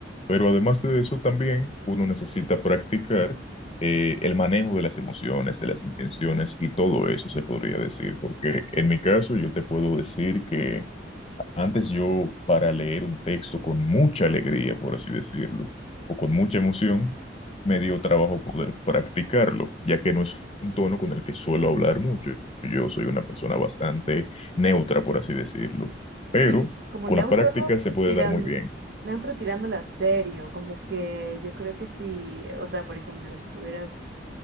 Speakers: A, on the left; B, on the right.
A: Pero además de eso, también uno necesita practicar eh, el manejo de las emociones, de las intenciones y todo eso se podría decir, porque en mi caso yo te puedo decir que antes yo para leer un texto con mucha alegría, por así decirlo, o con mucha emoción, me dio trabajo poder practicarlo, ya que no es un tono con el que suelo hablar mucho. Yo soy una persona bastante neutra, por así decirlo, pero
B: Sí, como
A: con
B: neutro
A: la práctica se puede
B: tiran,
A: dar muy bien.
B: neutro tirándola serio, como que yo creo que si, o sea, por ejemplo, si tuvieras